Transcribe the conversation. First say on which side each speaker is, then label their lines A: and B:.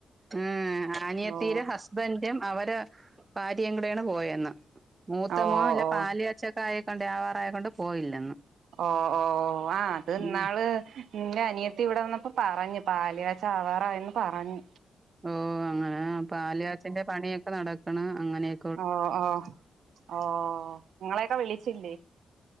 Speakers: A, on the right (about 25°); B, on the right (about 80°).
A: ഉം ആനിയതീരെ
B: ഓ
A: ഹസ്ബൻ ന്റും അവരെ ഭാര്യയും കൂടെയാണ് പോയെന്ന്, മൂത്തമോ
B: ഓ
A: അല്ല
B: ഓ
A: പാല് കാച്ച ആയക്കൊണ്ട് ആവാറായക്കൊണ്ട് പോയില്ല
B: ഓ ഓ ഓ ആഹ് അത് ന്നാള്
A: ഉം
B: ന്റെ അനിയത്തി ഇവിടെ വന്നപ്പോ പറഞ്ഞ്. പാല് കാച്ചാവാറായെന്ന് പറഞ്ഞ്
A: ഓ അങ്ങനെ പാലാച്ചിന്റെ പണിയൊക്കെ നടക്കണ അങ്ങനെയെ
B: ഓ ഓഹ് ഓഹ് ങ്ങളെയൊക്കെ വിളിച്ചില്ലേ